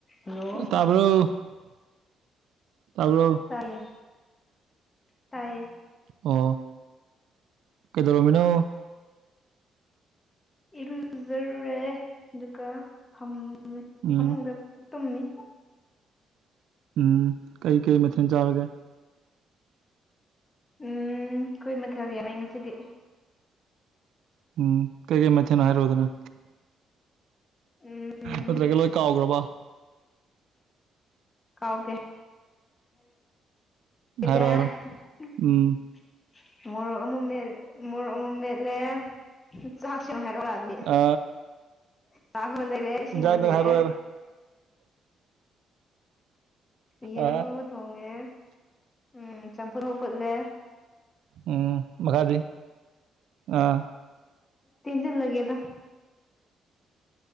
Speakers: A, on the left; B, on the right.
A: Hello
B: ꯇꯕꯔ ꯇꯕꯔ꯫
A: ꯇꯥꯏꯌꯦ ꯇꯥꯏꯌꯦ꯫
B: ꯑꯣ ꯀꯩꯗꯧꯔꯃꯤꯅꯣ꯫
A: ꯏꯔꯨꯨꯖꯔꯨꯔꯦ ꯑꯗꯨꯒ ꯐꯝ
B: ꯎꯝ
A: ꯐꯃꯨꯡꯗ꯫ ꯇꯨꯝꯃꯤ꯫
B: ꯎꯝ ꯀꯩ ꯀꯩ ꯃꯊꯦꯜ ꯆꯥꯔꯒꯦ꯫
A: ꯎꯝ ꯑꯩꯈꯣꯏ ꯃꯊꯦꯜ ꯌꯥꯝꯃꯦ ꯉꯁꯤꯗꯤ꯫
B: ꯎꯝ ꯀꯩꯀꯩ ꯃꯊꯦꯜꯅꯣ ꯍꯥꯏꯔꯣꯗꯅ꯫
A: ꯎꯝ
B: ꯅꯠꯇ꯭ꯔꯒ ꯂꯣꯏ ꯀꯥꯎꯈ꯭ꯔꯕ꯫
A: ꯀꯥꯎꯗꯦ꯫ <unintelligible>
B: ꯍꯥꯏꯔꯣ ꯍꯥꯏꯔꯣ ꯎꯝ
A: ꯃꯣꯔꯣꯛ ꯑꯃꯨꯛ ꯃꯦ ꯃꯣꯔꯣꯛ ꯑꯃꯨꯛ ꯃꯦꯠꯂꯦ ꯆꯥ꯫ <unintelligible>
B: ꯑ
A: ꯇꯥꯒꯕ ꯂꯩꯔꯦ ꯁꯤ
B: ꯏꯟꯖꯥꯡꯗꯪ
A: ꯃꯝ ꯂꯩꯔꯦ꯫
B: ꯍꯥꯏꯔꯣ ꯌꯥꯔꯦ
A: ꯌꯦꯔꯨꯝ
B: ꯑ
A: ꯑꯃ ꯊꯣꯡꯉꯦ ꯎꯝ ꯆꯝꯐꯨꯠ ꯑꯃ ꯐꯨꯠꯂꯦ꯫
B: ꯎꯝ ꯃꯈꯥꯗꯤ ꯑꯥ꯫
A: ꯇꯦꯝꯁꯤꯟꯂꯒꯦꯗ꯫